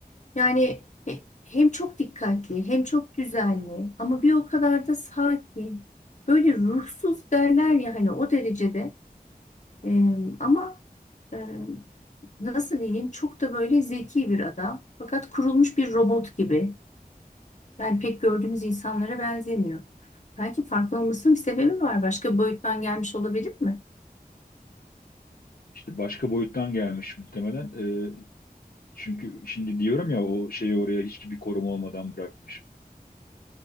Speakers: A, on the left; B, on the left.
A: Yani he- hem çok dikkatli hem çok düzenli ama bir o kadar da sakin. Böyle ruhsuz derler ya hani o derecede. Ee, ama e, nasıl diyeyim çok da böyle zeki bir adam. Fakat kurulmuş bir robot gibi. Yani pek gördüğümüz insanlara benzemiyor. Belki farklı olmasının bir sebebi var. Başka boyuttan gelmiş olabilir mi?
B: İşte başka boyuttan gelmiş muhtemelen. Ee, çünkü şimdi diyorum ya o şeyi oraya hiç bir koruma olmadan bırakmış.